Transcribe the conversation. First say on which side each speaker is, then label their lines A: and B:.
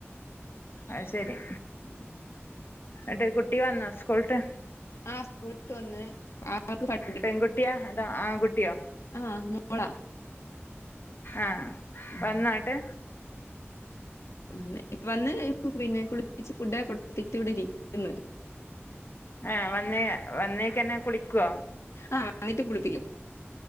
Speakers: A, on the left; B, on the left.
A: അയ്സെരി
B: ഉം ഉം
A: ന്നട്ട് കുട്ടി വന്നോ സ്കൂള്ട്ട്
B: ആഹ് സ്കൂളിട്ട് വന്ന് <unintelligible>
A: പെൺകുട്ടിയാ അതോ ആൺകുട്ടിയോ
B: ആഹ് മോളാ
A: ആഹ്
B: ഉം.
A: വന്നോട്ട്
B: വന്ന് ഇപ്പ വന്ന് പിന്നെ കുളിപ്പിച്ച് ഫുടൊക്കെ കൊടുത്തിട്ട് ഇവിടെ ഇരിക്കുന്ന്‌
A: ആഹ് വന്നെ വന്നേക്കന്നെ കുളിക്കുവോ
B: ആഹ് വന്നിട്ട് കുളിപ്പിക്കും